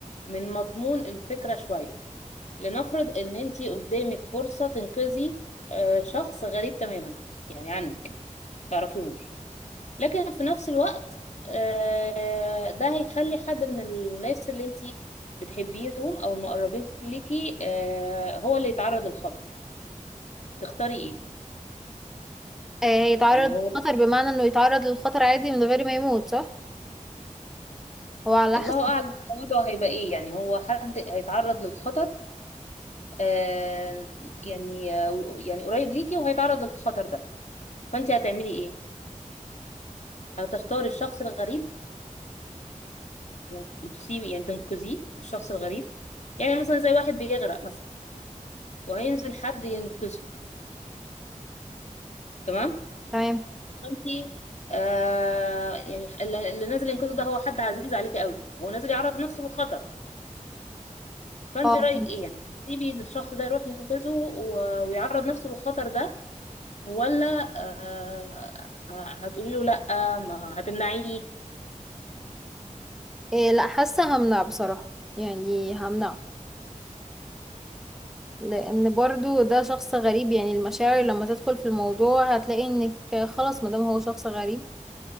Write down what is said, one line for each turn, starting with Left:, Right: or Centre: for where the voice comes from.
Left: من مضمون الفكرة شوية لنفرض ان انتي قدامك فرصة تنقذي آه، شخص غريب تماما يعني عنك تعرفيهوش لكن في نفس الوقت آه، ده هيخلي حد من الناس اللي انتي بتحبيهم او المقربين ليكي آه، هو اللي يتعرض للخطر تختاري ايه
Centre: آه، هيتعرض
Left: يعني هو ده-
Centre: للخطر بمعنى انه يتعرض للخطر عادي من غير ما يموت صح؟ هو على
Left: الله
Centre: حسب
Left: اعلم بقى وضعه هيبقى ايه يعني هو حد هيتعرض للخطر آه، يعني آه، يعني قريب ليكي وهيتعرض للخطر ده فانتي هتعملي ايه هتختاري الشخص الغريب وت- وتسيبي يعني تنقذيه الشخص الغريب يعني مثلا زي واحد بيغرق مثلا وهينزل حد ينقذه تمام
Centre: تمام
Left: انتي آه يعني اللي اللي نازل ينقذه ده هو حد عزيز عليك قوي هو نازل يعرض نفسه للخطر فانت
Centre: اه
Left: رايك
Centre: فهمت
Left: ايه يعني تسيبي الشخص ده يروح ينقذه و- ويعرض نفسه للخطر ده ولا آه هتقولي له لا ما هتمنعيه
Centre: إيه لا حاسة همنع بصراحة يعني همنع لأن برضو ده شخص غريب يعني المشاعر لما تدخل في الموضوع هتلاقي انك خلاص مادام هو شخص غريب